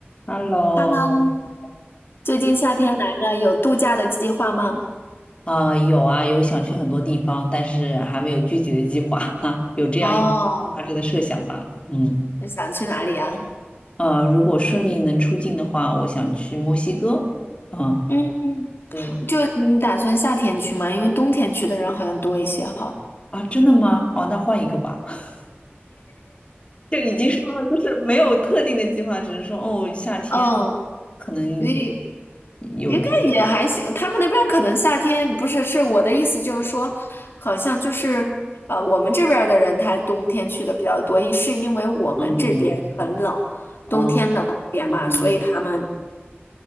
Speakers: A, on the left; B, on the left.
A: Hello，
B: 哈喽，最近夏天来了，有度假的计划吗？
A: 啊、有啊，有想去很多地方，但是还没有具体的计划哈，<laughs> 有这样一个大致的设想吧。
B: 哦，
A: 嗯，
B: 你想去哪里啊？
A: 呃，如果顺利能出境的话，我想去墨西哥。嗯，
B: 嗯，
A: 对
B: 就你打算夏天去吗？因为冬天去的人好像多一些哈。
A: 啊，真的吗？哦，那换一个吧。<laughs> 就已经说了，就是没有特定的计划，只是说哦，夏天
B: 嗯，
A: 可能
B: 你
A: 有个
B: 应该也还行。他们那边可能夏天不是，是我的意思就是说，好像就是呃，我们这边儿的人他冬天去的比较多，一是因为我们这边很冷，
A: 嗯哦
B: 冬天冷一点嘛，
A: 嗯
B: 所以他们。